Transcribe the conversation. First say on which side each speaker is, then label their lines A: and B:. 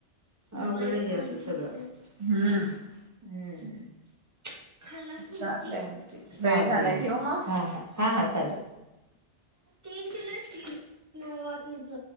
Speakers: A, on the right; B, on the right.
A: अवघड हे अस अस सगळ.
B: हम्म
A: हम्म. चा
B: चालतय
A: ते चाल
B: वेळ झालाय
A: तेे
B: ठेवू मग
A: हा हा हा हा चालेल. तीन किलो तीन नाव वाटनित.